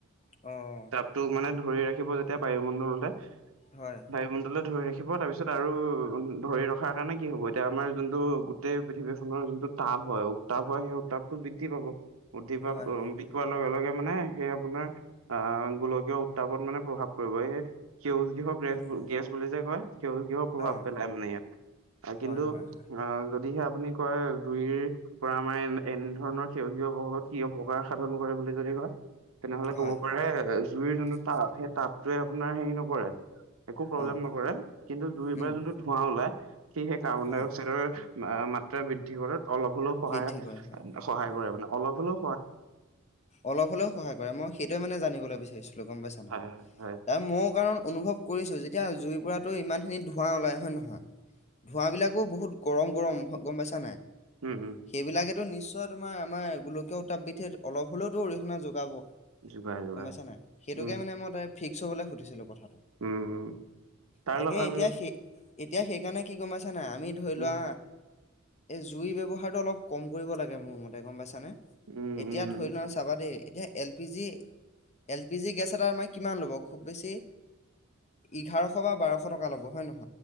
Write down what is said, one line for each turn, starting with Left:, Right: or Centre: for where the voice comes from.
Left: অ, অ,
Right: তোক মানে ধৰি ৰাখিব যেতিয়া বায়ুমণ্ডলতে
Left: হয়!
Right: বায়ুমণ্ডলে ধৰি ৰাখিব, তাৰপিছত আৰু ধৰি ৰখাৰ কাৰণে কি হ'ব এতিয়া আমাৰ যোনটো গোটেই পৃথিৱীখনৰ যোনটো তাপ হয়, উত্তাপ হয়, সেই উত্তাপটো বৃদ্ধি পাব। বৃদ্ধি পাব
Left: হয়, হয়, হয়,
Right: লগে, লগে মানে সেই আপোনাৰ অ গোলকীয় উত্তাপত মানে প্ৰভাৱ কৰিব, এই সেউজ গৃহ গেছবোৰ,
Left: উম,
Right: গেছ বুলি যে কয় সেউজ গৃহই প্ৰভাৱ
Left: অ',
Right: পেলাই মানে ইয়াত।
Left: হয়,
Right: কিন্তু,
Left: হয়, হয়,
Right: আহ যদিহে আপুনি কয় জুইৰ পৰা আমাৰ এ এনেধৰণৰ সেউজ গৃহই কি অপকাৰ সাধন কৰে বুলি যদি কয় তেনেহলে
Left: হয়,
Right: কব পাৰে-জুইৰ যোনটো তাপ, সেই তাপটোৱে আপোনাৰ হেৰি নকৰে। একো প্ৰব্লেম
Left: অ',
Right: নকৰে, কিন্তু জুইৰ
Left: উম,
Right: পৰা যোনটো ধোঁৱা ওলাই, সেই কাৰ্বন-ডাই-অক্সাইডৰ
Left: হয়,
Right: মাত্ৰা বৃদ্ধি কৰাত অলপ হ'লেও সহায়
Left: বৃদ্ধি কৰে হয়,
Right: সহায়
Left: উম,
Right: কৰে মানে। অলপ হলও
Left: অলপ হ'লেও সহায় কৰে, মই সেইটোয়ে মানে জানিবলৈ বিচাৰিছিলো গম পাইছানে।
Right: হয় হয় হয়
Left: কাৰণ, মও কাৰণ অনুভৱ কৰিছো, যেতিয়া জুইৰ পৰাতো ইমান খিনি ধোঁৱা ওলাই হয় নে নহয়? ধোঁৱাবিলাকো বহুত গৰম গৰম হয়, গম পাইছা নাই।
Right: উম, উম!
Left: সেইবিলাকেতো নিশ্চয় তোমাৰ আমাৰ গোলকীয় উত্তাপবৃদ্ধিত অলপ হলেওতো অৰিহণা যোগাব।
Right: যোগাৰ যোগাৰ
Left: গম পাইছা নাই? সেইটোকে
Right: উম
Left: মানে মই তাই ফিক্স হবলৈ সুধিছিলো কথাটো,
Right: উম তাৰ
Left: তাকে
Right: লগত
Left: এতিয়া সেই এতিয়া সেইকাৰণে কি গম পাইছা নাই, আমি ধৰি
Right: উম
Left: লোৱা এই জুই ব্যৱহাৰটো অলপ কম কৰিব লাগে, মোৰ মতে গম পাইছানে।
Right: উম!
Left: এতিয়া
Right: উম
Left: ধৰি লোৱা চাবা দেই এতিয়া L P G L P G gas এটা আমাৰ কিমান ল'ব? খুব বেছি এঘাৰশ বা বাৰশ টকা ল'ব হয় নহয়।